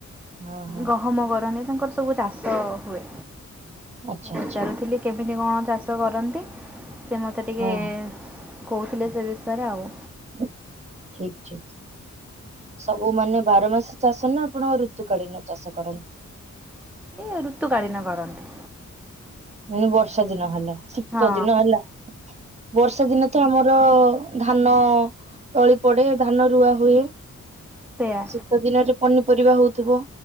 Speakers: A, on the right; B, in the centre.
A: ହଁ ହଁ
B: ଗହମ କରନ୍ତି ତାଙ୍କର ସବୁ ଚାଷ ହୁଏ
A: ଆଚ୍ଛା
B: ମୁଁ ପଚାରୁଥିଲି।
A: ଆଚ୍ଛା
B: କେମିତି କଣ ଚାଷ କରନ୍ତି ସେ ମୋତେ ଟିକିଏ
A: ହଁ
B: କହୁଥିଲେ ସେ ବିଷୟରେ ଆଉ।
A: <unintelligible> ଠିକ୍ ଠିକ୍। ସବୁ ମାନେ ବାର ମାସ ଚାଷ ନା ଆପଣ ଋତୁକାଳୀନ ଚାଷ କରନ୍ତି?
B: ଏ ଋତୁକାଳୀନ କରନ୍ତି।
A: ମାନେ ବର୍ଷା ଦିନ ହେଲା ଶୀତ
B: ହଁ
A: ଦିନ ହେଲା ବର୍ଷା ଦିନ ତ ଆମର ଧାନ ତଳି ପଡେ ଧାନ ରୁଆ ହୁଏ।
B: ସେୟା
A: ଶୀତ ଦିନରେ ପନିପରିବା ହଉଥିବ